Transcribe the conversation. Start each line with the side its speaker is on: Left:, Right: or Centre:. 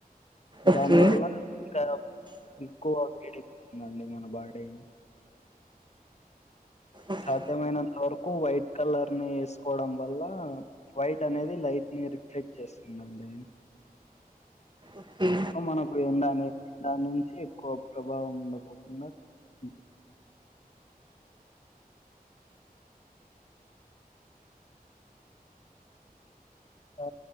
Right: ఓకే
Left: దాని వల్ల ఇంకా ఎక్కువ వేడేక్కుతుందండి మన బాడీ
Right: ఓకే
Left: సాధ్యమైనంత వరకు వైట్ కలర్ ని వేసుకోవడం వల్ల వైట్ అనేది రిఫ్లెక్ట్ చేస్తుందండది
Right: ఓకే ఓకే.
Left: సో మనకు ఎండ అనేది దాన్నుంచి ఎక్కువ ప్రభావం ఉండపోకుండా ఉ ఆ